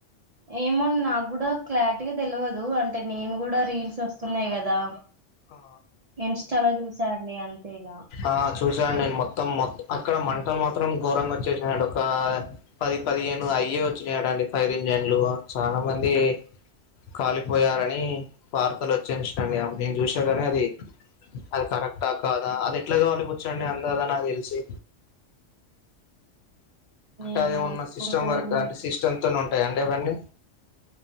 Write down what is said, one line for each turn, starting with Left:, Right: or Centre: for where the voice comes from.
Right: ఏమో న్నాగ్గుడా క్లారిటీగా తెల్వదు అంటే నేను కూడా రీల్స్ వస్తున్నాయ్ గదా
Left: ఆ
Right: ఇన్స్టాలో చూసా అండి అంతే ఇగా
Left: ఆ చూసాండి నేను మొత్తం మొ అక్కడ మంటలు మాత్రం ఘోరంగా వచ్చేసినయండి ఒకా పది పదిహేను అయ్యే వచ్చినయటాన్డి ఫైర్ ఇంజన్ లు చానా మంది కాలిపోయారని వార్తలొచ్చేద్ చూస్న అండి నేను చూస్న గని అది అది కరెక్టా కాదా అది ఎట్ల కాలిపోవచ్చండి అందదా నాకు తెలిసి అంటే
Right: ఏమో
Left: అదేమన్నా
Right: అండి పాపం
Left: సిస్టం
Right: ఘోరం
Left: వర్క్ ఆ అంటే
Right: అండి
Left: సిస్టమ్ తోనే ఉంటయ అండి అవ్వన్నీ